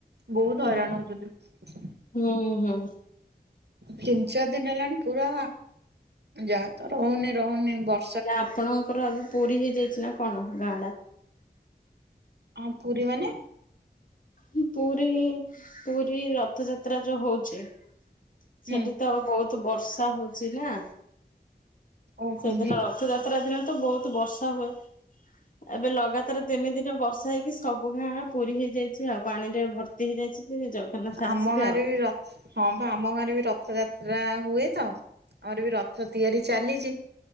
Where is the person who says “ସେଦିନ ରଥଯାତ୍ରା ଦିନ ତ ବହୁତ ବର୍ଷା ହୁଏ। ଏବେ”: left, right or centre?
Left